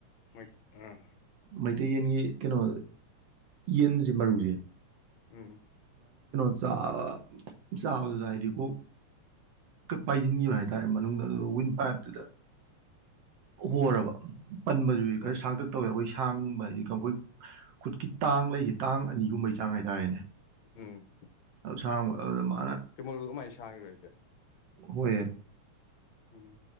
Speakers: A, on the left (about 70°); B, on the right (about 60°).
A: ꯃꯣꯏ ꯑꯥ
B: ꯃꯩꯇꯩ ꯌꯦꯟꯒꯤ ꯀꯩꯅꯣ ꯌꯦꯟꯁꯦ ꯃꯔꯨꯁꯦ
A: ꯎꯝ
B: ꯆ ꯆꯥꯕꯗ ꯍꯥꯏꯗꯤ ꯀꯣ ꯄꯥꯏꯁꯤꯟꯈꯤꯕ ꯍꯥꯏꯇꯥꯔꯦ ꯃꯅꯨꯡꯗ ꯑꯗꯨ ꯋꯤꯟ ꯄꯥꯏꯞꯇꯨꯗ
A: ꯎꯝ
B: ꯍꯣꯔꯕ ꯄꯟꯕꯗꯨꯗꯤ
A: ꯍꯣꯏ
B: ꯈꯔ ꯁꯥꯛꯇꯛ ꯇꯧꯋꯦ ꯑꯩꯈꯣꯏ ꯊꯥꯡꯕ ꯍꯥꯏ ꯑꯩꯈꯣꯏ ꯈꯨꯠꯀꯤ ꯇꯥꯡ ꯂꯩꯁꯤ ꯇꯥꯡ ꯑꯅꯤꯒꯨꯝꯕꯩ ꯆꯥꯡ ꯍꯥꯏꯇꯥꯔꯦꯅꯦ
A: ꯎꯝ
B: ꯑꯁꯥꯡꯕ ꯑꯗꯨꯗ ꯃꯥ
A: ꯀꯩ ꯃꯔꯨ ꯀꯃꯥꯏꯅ ꯁꯥꯡꯉꯤꯕ ꯁꯤꯗꯤ
B: ꯍꯣꯏ
A: ꯎꯝ